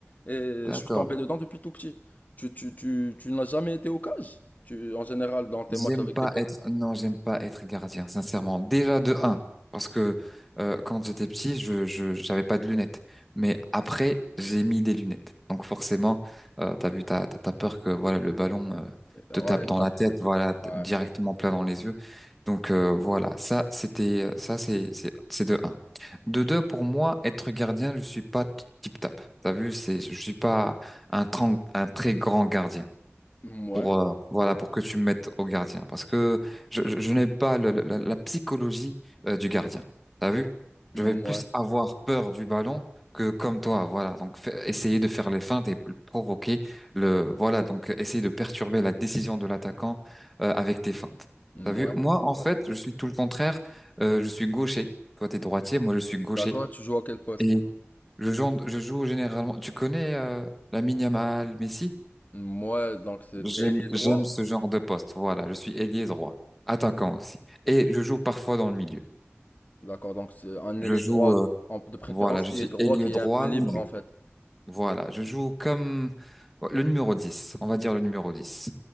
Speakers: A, on the left; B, in the centre.
A: Et je
B: D'accord.
A: suis tombé dedans depuis tout petit. Tu, tu, tu, tu n'as jamais été au cage, tu, en général, dans tes
B: J'aime
A: matchs avec
B: pas
A: tes potes.
B: être, non, j'aime pas être gardien, sincèrement. Déjà de un, parce que euh, quand j'étais petit, je, je, j'avais pas de lunettes. Mais après, j'ai mis des lunettes. Donc forcément, euh, t'as vu, t'as, t'as t'as peur que voilà le ballon euh,
A: Ouais,
B: te tape dans
A: t'as-
B: la
A: ouais,
B: tête, voilà t-
A: ouais.
B: directement plein dans les yeux. Donc euh, voilà, ça c'était, euh, ça c'est, c'est, c'est de un. De deux, pour moi, être gardien, je suis pas tip-tap. T'as vu, c'est, je suis pas un, tran- un très grand gardien
A: Moi,
B: pour euh, voilà pour que tu me mettes au gardien parce que je, je, je n'ai pas le- la, la psychologie euh, du gardien. T'as vu?
A: moi,
B: Je vais plus avoir peur du ballon que comme toi, voilà. Donc fais- essayer de faire les feintes et provoquer le voilà, donc essayer de perturber la décision de l'attaquant euh, avec tes feintes.
A: moi,
B: T'as vu? Moi en
A: ouais.
B: fait, je suis tout le contraire, Euh, je suis gaucher. Toi t'es droitier, moi je suis gaucher
A: D'accord, tu joues à quel poste?
B: et je joue je joue généralement. Tu connais euh, Lamine Yamal, Messi?
A: Moi, donc c'est
B: J'aime,
A: t'es ailier droit.
B: j'aime ce genre de poste. Voilà, je suis ailier droit, attaquant aussi. Et je joue parfois dans le milieu.
A: D'accord, donc c'est un
B: Je
A: ailier
B: joue,
A: droit,
B: euh,
A: en- de préférence
B: voilà, je
A: ailier
B: suis
A: droit
B: ailier
A: qui
B: droit,
A: est un peu libre
B: milieu.
A: en fait.
B: Voilà, je joue comme le numéro 10, on va dire le numéro 10.